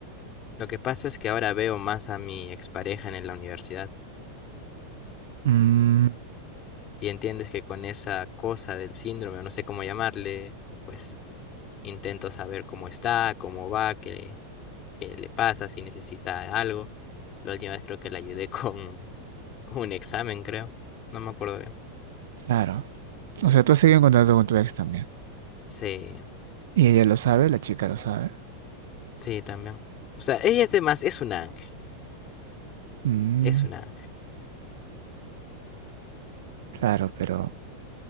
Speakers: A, on the left (about 40°); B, on the right (about 70°).
A: Lo que pasa es que ahora veo más a mi expareja en la universidad
B: Mm,
A: y entiendes que con esa cosa del síndrome, o no sé cómo llamarle, pues intento saber cómo está, cómo va, que qué le pasa, si necesita algo. La última vez creo que le ayudé <laughs> con, con un examen, creo. No me acuerdo bien.
B: claro. O sea, tú has seguido en contacto con tu ex también.
A: Sí,
B: Y ella lo sabe, la chica lo sabe.
A: sí, también. O sea, ella es de más, es un ángel,
B: Mm,
A: es un ángel.
B: claro, pero